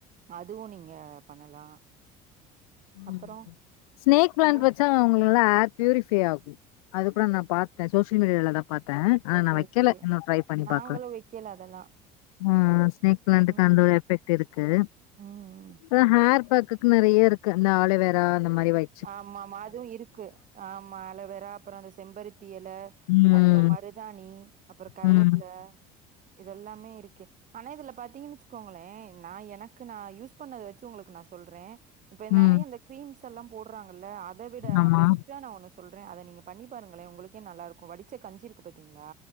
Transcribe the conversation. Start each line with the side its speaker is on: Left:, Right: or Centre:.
Right: அதுவு நீங்க பண்ணலா அப்புறோ
Left: ம் ஸ்னேக் ப்ளாண்ட்
Right: அந்த
Left: பத் ச அவங்களுட ஏர் பியூரிஃபை ஆகு அது கூட நா பாத்த சோசியல் மீடியாவல தா பாத்த ஆனா
Right: ஓகே
Left: நா வெக்கல
Right: ஓகே
Left: இன்னு ட்ரை பண்ணி
Right: நாங்களு
Left: பாக்குற
Right: வைக்கல அதெல்லா
Left: ம் ஸ்னேக் பிளான்ட்க்கு
Right: ம்
Left: அந்த ஒரு எஃபெக்ட் இருக்கு
Right: ம்
Left: இப்ப தான் ஹேர் பேக்குக்கு நெறைய இருக்கு இந்த ஆலிவ்வேரா அந்த மாரி வை
Right: ஆமாம்மா அதுவு இருக்கு அ மா ஆலுவேரா அப்பறோ அந்த செம்பருத்தி இல
Left: ம்
Right: அப்றோ மருதாணி அப்றோ கருவப்புல
Left: ம்
Right: இதெல்லாமே இருக்கே ஆனா இதுல பாத்தீங்கன் வெச்சுக்கோங்ளே நா எனக்கு நா யூஸ் பண்ணத வெச்சு உங்களுக்கு நா சொல்றே இப்ப நறைய
Left: ம்
Right: இந்த கிரீம்ஸ் எல்லா போட்றாங்கல்ல அத விட
Left: ஆமா
Right: பெஸ்ட்டா நா ஒன்னு சொல்ற அத நீங்க பண்ணி பாருங்களே உங்களுக்கே நல்லாயிர்க்கோ வடிச்ச கஞ்சியிர்க்கு பாத்தீங்ளா